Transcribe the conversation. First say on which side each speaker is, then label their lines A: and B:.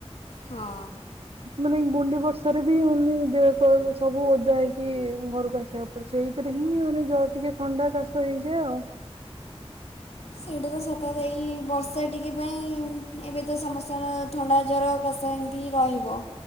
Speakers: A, on the left; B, on the right.
A: ହଁ।
B: ମାନେ ଗୁଣ୍ଡି ବର୍ଷାରେ ବି ମୁଁ ଦେହ ପା ସବୁ ଓଦା ହେଇକି ଘରକୁ ଆସିବାକୁ। ସେଇଥିରେ ହିଁ ମାନେ ଜର ଟିକେ ଥଣ୍ଡା କାଶ ହେଇଯାଏ ଆଉ।
A: ସେଇଟା ତ ସତ କଥା ଏଇ ବର୍ଷା ଟିକେ ପାଇଁ ଏବେ ତ ସମସ୍ତଙ୍କର ଥଣ୍ଡା ଜ୍ୱର କାଷ ଏମିତି ରହିବ।